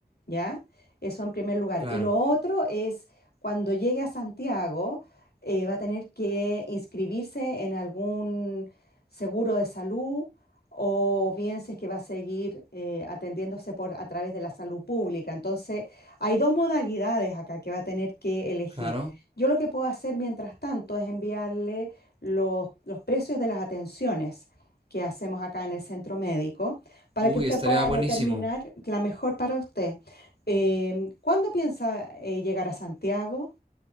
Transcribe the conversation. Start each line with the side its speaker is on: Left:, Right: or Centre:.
Left: ¿ya? Eso en primer lugar.
Right: Claro,
Left: Y lo otro es cuando llegue a Santiago, eh, va a tener que inscribirse en algún seguro de salud o bien si es que va a seguir eh, atendiéndose por, a través de la salud pública. Entonces, hay dos modalidades acá que va a tener que elegir.
Right: claro.
Left: Yo lo que puedo hacer mientras tanto es enviarle los, los precios de las atenciones que hacemos acá en el centro médico para
Right: Uy,
Left: que usted
Right: estaría
Left: pueda
Right: buenísimo.
Left: determinar la mejor para usted. Em, ¿cuándo piensa eh, llegar a Santiago?